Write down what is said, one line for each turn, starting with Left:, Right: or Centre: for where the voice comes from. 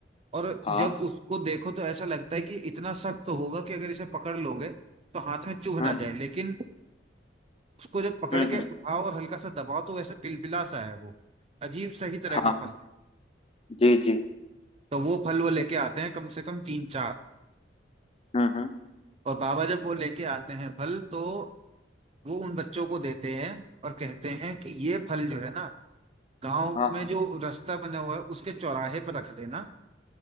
Right: और
Left: हाँ
Right: जब उसको देखो तो ऐसा लगता है कि इतना सख्त तो होगा कि अगर इसे पकड़ लोगे तो हाथ में चुभ
Left: हम्म
Right: ना जाए लेकिन उसको जब पकड़
Left: हम्म
Right: के
Left: हम्म,
Right: उठाओ और हल्का सा दबाओ तो वैसे पिलपिला सा है वो अजीब सही तरह
Left: हाँ
Right: का फल है
Left: जी जी
Right: तो वो फल वो लेके आते हैं कम से कम तीन चार
Left: हम्म हम्म
Right: और बाबा जब वो लेके आते हैं फल तो वो उन बच्चों को देते हैं और कहते हैं कि ये फल जो है ना गांव
Left: हाँ
Right: में
Left: हाँ
Right: जो रास्ता बना हुआ है उसके चौराहे पर रख देना